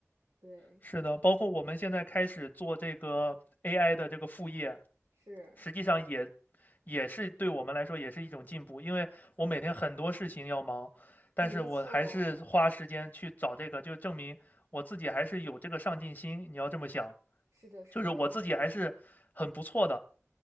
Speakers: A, on the right (about 70°); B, on the left (about 30°).
A: 对，
B: 是的，包括我们现在开始做这个 AI 的这个副业，
A: 是，
B: 实际上也也是对我们来说也是一种进步，因为我每天很多事情要忙，但是我还是花时间去找这个，
A: 没错，
B: 就证明我自己还是有这个上进心。你要这么想，
A: 是的，是的，
B: 就是我自己还是很不错的，
A: 是的。